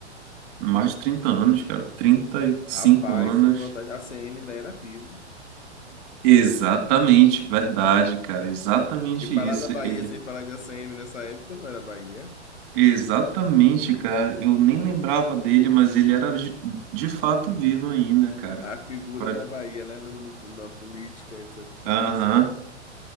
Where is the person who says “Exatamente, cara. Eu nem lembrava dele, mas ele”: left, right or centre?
Right